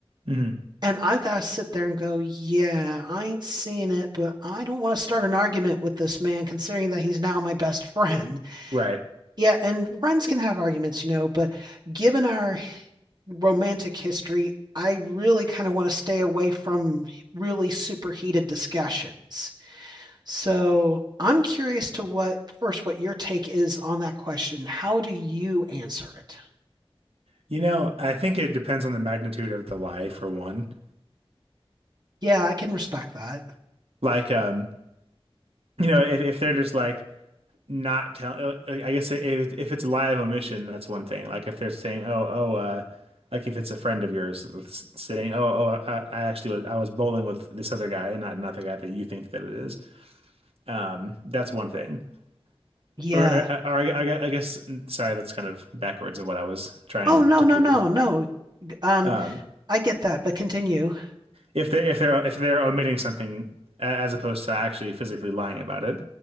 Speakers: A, on the right; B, on the right.
A: hmm
B: And I've got to sit there and go, "Yeah, I ain't seeing it, but I don't want to start an argument with this man, considering that he's now my best friend."
A: Right.
B: Yeah, and friends can have arguments, you know, but given our romantic history, I really kind of want to stay away from really superheated discussions. So I'm curious to what first what your take is on that question. How do you answer it?
A: You know, I think it depends on the magnitude of the lie for one.
B: Yeah, I can respect that.
A: Like um, you know, if if they're just like, not tell uh, uh, I guess if if it's live omission, that's one thing. Like if they're saying, "Oh, oh, uh like if it's a friend of yours s- saying, "Oh, oh, I, I actually was I was bowling with this other guy and not not the guy that you think that it is." Um, that's one thing.
B: Yeah.
A: Or, or, or I, I, I guess sorry, that's kind of backwards of what I was trying
B: Oh, no,
A: to
B: no,
A: prove.
B: no, no. Um,
A: Um,
B: I get that, but continue.
A: if they if they're if they're omitting something a- as opposed to actually physically lying about it,